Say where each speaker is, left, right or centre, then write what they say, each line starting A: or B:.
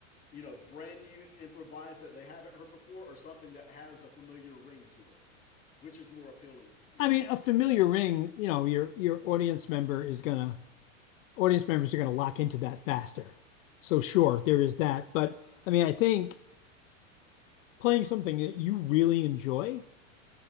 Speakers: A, on the left (about 20°); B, on the left (about 75°).
A: you know, brand new improvised that they haven't heard before, or something that has a familiar ring to it, which is more appealing to people.
B: I mean, a familiar ring, you know, your your audience member is gonna audience members are gonna lock into that faster. So sure, there is that. But I mean, I think playing something that you really enjoy